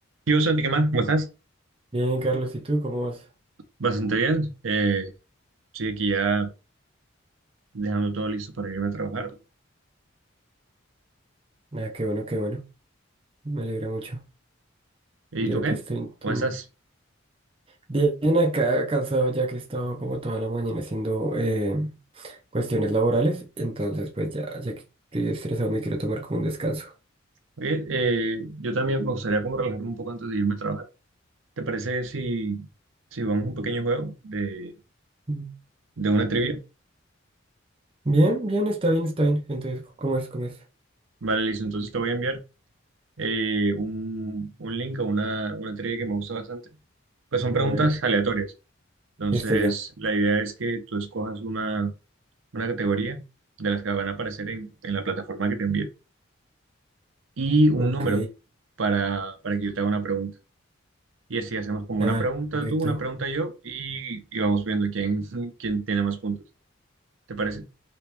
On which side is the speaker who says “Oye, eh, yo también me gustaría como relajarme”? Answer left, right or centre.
Right